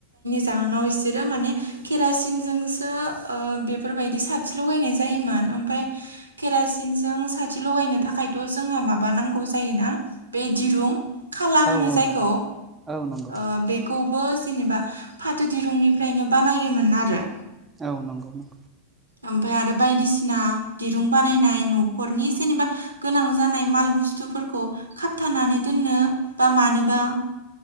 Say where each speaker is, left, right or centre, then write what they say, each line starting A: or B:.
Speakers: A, on the right; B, on the right.
A: जाहोनाव इसोरो माने केरासिनजोंसो ओ बेफोर बायदि साथि लगायनाय जायोमोन। ओमफाय केरासिनजों साथि लगायनो थाखायथ' जोंहा माबा नांगौ जायोना बे दिरुं खाला होनो
B: नंगौ
A: जायखौ
B: औ नंगौ
A: ओ बे खौबो जेनेबा फाथो दिरुंनिफ्रायनो बानायोमोन आरो।
B: औ नंगौ नंगौ।
A: ओमफ्राय आरो बायदिसिना दिरुं बानायनाय न'खरनि जेनेबा गोनां जानाय माल बुस्थुफोरखौ खाबथानानै दोन ननो बा मानोबा